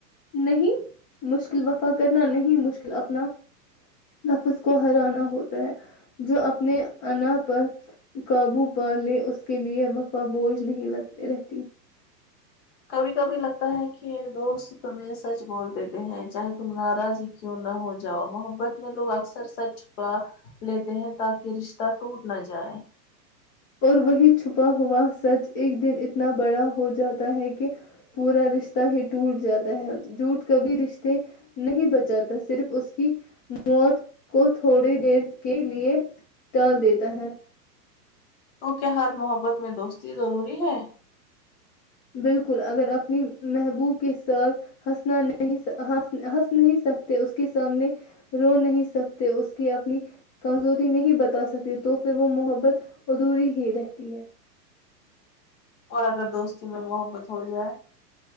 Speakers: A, on the left (about 30°); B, on the left (about 45°).
A: نہیں مشکل وفا کرنا نہیں مشکل اپنا نفس کو ہرانا ہوتا ہے جو اپنے انا پر قابو پا لے اس کے لیے وفا بوجھ نہیں لگتے رہتی
B: کبھی کبھی لگتا ہے کہ دوست تمہیں سچ بول دیتے ہیں چاہے تم ناراض ہی کیوں نہ ہو جاؤ محبت میں لوگ اکثر سچ چھپا لیتے ہیں تاکہ رشتہ ٹوٹ نہ جائے
A: اور وہی چھپا ہوا سچ ایک دن اتنا بڑا ہو جاتا ہے کہ پورا رشتہ ہی ٹوٹ جاتا ہے جوٹ کبھی رشتے نہیں بچاتا صرف اس کی موت کو تھوڑی دیر کے لیے ٹال دیتا ہے
B: تو کیا ہر محبت میں دوستی ضروری ہے
A: بالکل اگر اپنی محبوب کے ساتھ ہنسنا نہیں ہنس ہنس نہیں سکتے اس کے سامنے رو نہیں سکتے اس کی اپنی کمزوری نہیں بتا سکی تو پھر وہ محبت ادھوری ہی رہتی ہے
B: اور اگر دوستی میں محبت ہو جائے